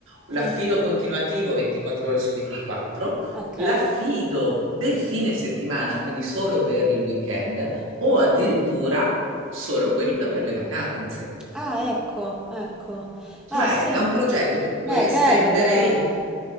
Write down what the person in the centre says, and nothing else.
Ah,
ok.
Mm.
Ah, ecco, ecco.
Ah, sì.
Beh,
bello però.